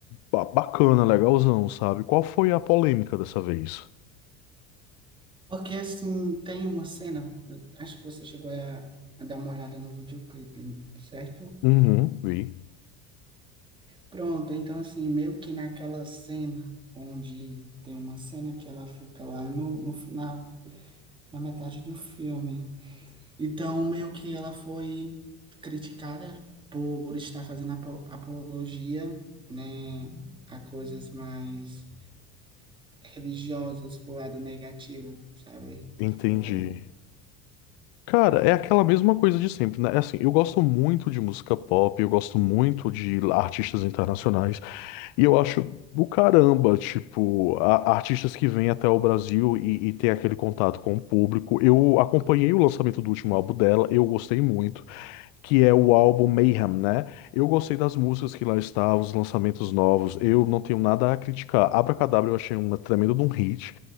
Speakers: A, on the left; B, on the right.
A: ba- bacana, legalzão, sabe? Qual foi a polêmica dessa vez?
B: porque, assim, tem uma cena, eh, acho que você chegou a, a dar uma olhada no videoclipe, certo?
A: Uhum, vi.
B: Pronto, então, assim, meio que naquela cena onde tem uma cena que ela fica lá no, no final, na metade do filme, Então, meio que ela foi criticada por estar fazendo apo- apologia, né, a coisas mais religiosas pro lado negativo, sabe?
A: Entendi.
B: Tipo,
A: Cara, é aquela mesma coisa de sempre, né? É Assim, eu gosto muito de música pop, eu gosto muito de artistas internacionais. E eu acho do caramba, tipo, a- artistas que vêm até o Brasil e, e têm aquele contato com o público. Eu acompanhei o lançamento do último álbum dela, eu gostei muito, que é o álbum Mayhem, né? Eu gostei das músicas que lá estavam, os lançamentos novos, eu não tenho nada a criticar. Abracadabra eu achei uma tremenda de um hit.